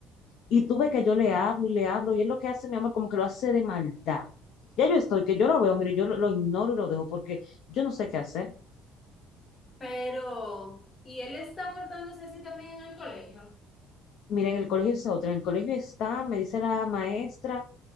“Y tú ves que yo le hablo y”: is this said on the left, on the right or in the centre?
Left